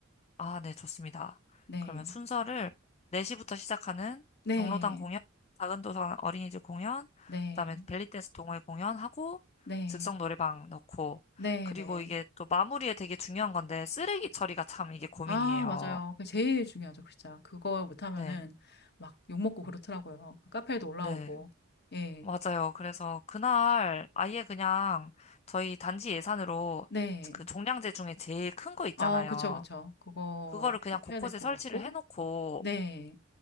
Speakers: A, on the left; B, on the left.
A: 아, 네, 좋습니다.
B: 네,
A: 그러면 순서를 4시부터 시작하는
B: 네,
A: 경로당 공연, 작은 도서관 어린이집 공연,
B: 네,
A: 그다음에 벨리댄스 동호회 공연하고
B: 네,
A: 즉석 노래방 넣고
B: 네,
A: 그리고
B: 네.
A: 이게 또 마무리에 되게 중요한 건데 쓰레기 처리가 참 이게 고민이에요.
B: 아, 맞아요. 그게 제일 중요하죠, 진짜. 그거 못하면은
A: 네,
B: 막 욕먹고 그렇더라고요. 그 카페에도 올라오고.
A: 네.
B: 예.
A: 맞아요. 그래서 그날 아예 그냥 저희 단지 예산으로
B: 네.
A: 그 종량제 중에 제일 큰 거 있잖아요.
B: 어, 그쵸, 그쵸. 그거
A: 그거를 그냥
B: 꼭
A: 곳곳에
B: 해야 될 것
A: 설치를
B: 같고.
A: 해놓고
B: 네.